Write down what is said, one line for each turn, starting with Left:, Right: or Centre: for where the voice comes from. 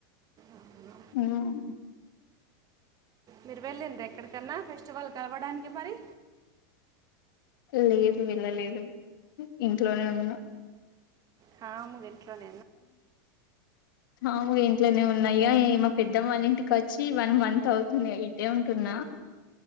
Right: అవు
Left: హ్మ్
Right: మీరు వెళ్ళిం ఎక్కడికన్నా ఫెస్టివల్ కలవడానికి మరి
Left: లేదు వెళ్ళలేదు ఇంట్లోనే ఉన్న
Right: హా ముదనికిని
Left: మాములు ఇంట్లోనే ఉన్నాయా మా పెద్దమ్మళ్ళ ఇంటికి వచ్చి వన్ మంత్ అవుతుంది ఇటే ఉంటున్న